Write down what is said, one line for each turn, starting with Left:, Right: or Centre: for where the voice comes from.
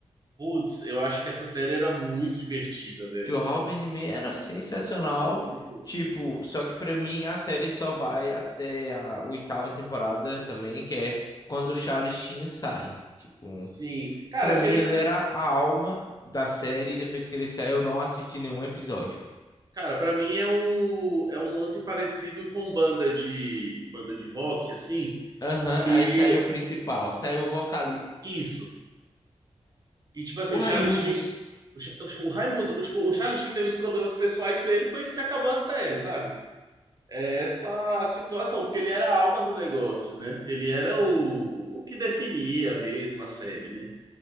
Right: Putz, eu acho que essa série era muito divertida, velho.
Left: Two Half and Men era sensacional,
Right: Muito.
Left: tipo, só que pra mim a série só vai até a oitava temporada também, que é quando o Charlie Sheen sai. Tipo,
Right: Sim. Cara,
Left: pra
Right: porque
Left: mim
Right: ele,
Left: ele era a alma da série, e depois que ele saiu eu não assisti nenhum episódio.
Right: cara, para mim é o é um lance parecido com banda de banda de rock assim,
Left: Aham,
Right: e
Left: aí saiu o principal, saiu o vocalista.
Right: isso. E tipo assim,
Left: O
Right: o
Left: Raimundos.
Right: Charlie Sheen, o, Cha- o Raimundo, o, tipo, o Charlie Sheen teve os problemas pessoais dele, foi isso que acabou a série, sabe? É essa a situação, porque ele era a alma do negócio, né? Ele era o o que definia mesmo a série, né?